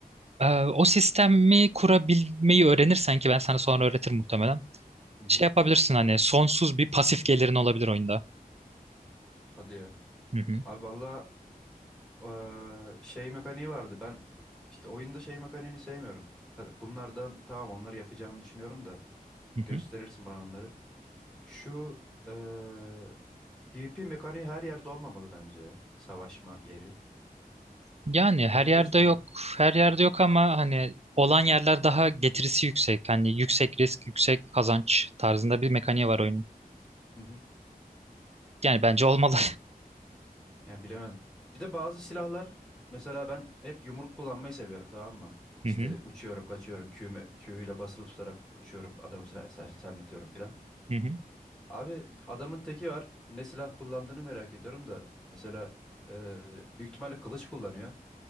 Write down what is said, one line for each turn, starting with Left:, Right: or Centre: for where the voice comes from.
Right: e, o sistemi kurabilmeyi öğrenirsen ki ben sana sonra öğretirim muhtemelen.
Centre: Hı hı.
Right: Şey yapabilirsin hani sonsuz bir pasif gelirin olabilir oyunda.
Centre: Hadi ya.
Right: Hı hı.
Centre: Abi valla eee, şey mekaniği vardı. Ben işte oyunda şey mekaniğini sevmiyorum. Hadi bunlardan tamam onları yapacağımı düşünüyorum da.
Right: Hı
Centre: Gösterirsin
Right: hı.
Centre: bana onları. Şu eee, PvP mekaniği her yerde olmamalı bence. ya, Savaşma yeri.
Right: Yani her
Centre: Ne
Right: yerde
Centre: diyorsun ona?
Right: yok, her yerde yok ama hani olan yerler daha getirisi yüksek. Hani yüksek risk, yüksek kazanç tarzında bir mekaniği var oyunun.
Centre: Hı hı.
Right: Yani bence olmalı.
Centre: Yani bilemedim. Bir de bazı silahlar mesela ben hep yumruk kullanmayı seviyorum tamam mı?
Right: <laughs> Hı
Centre: İşte
Right: hı,
Centre: uçuyorum, kaçıyorum, Q'me, Q ile basılı tutarak uçuyorum, adamı ser ser- sermetiyorum filan.
Right: hı hı.
Centre: Abi adamın teki var. Ne silah kullandığını merak ediyorum da mesela eee, büyük ihtimalle kılıç kullanıyor.